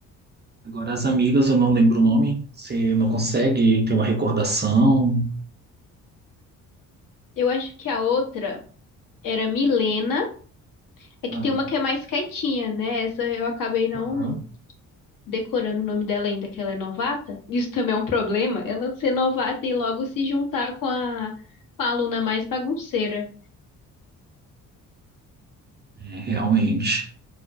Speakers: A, on the right (about 25°); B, on the left (about 50°).
A: Agora as amigas, eu não lembro o nome, você não consegue ter uma recordação.
B: Eu acho que a outra era Milena. É que
A: Ah,
B: tem uma que é mais quietinha, né? Essa eu acabei não
A: aham.
B: decorando o nome dela ainda, que ela é novata. Isso também é um problema, ela ser novata e logo se juntar com a, com a aluna mais bagunceira.
A: É, realmente.